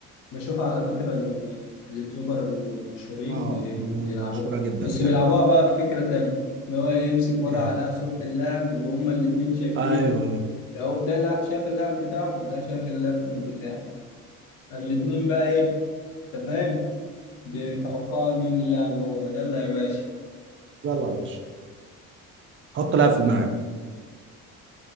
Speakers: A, on the left; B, on the right.
A: بشوفها على فكرة ال- اليوتيوبر المشهورين
B: اه
A: بي- بيلعبوها
B: مشهورة جدا
A: بس
B: اللعبة
A: بيلعبوها
B: دي.
A: بقى بفكرة تانية اللي هو إيه، يمسك ورقة
B: إيه.
A: عليها صورة اللاعب وهما الاتنين شايفين
B: أيوه
A: ال... أو ده لا شايف اللاعب بتاعه ده شايف اللاعب بتاعه الاتنين بقى ايه انت فاهم بتوقع مين اللاعب هو ده يلا يا باشا
B: يلا يا باشا حط لاعب في دماغك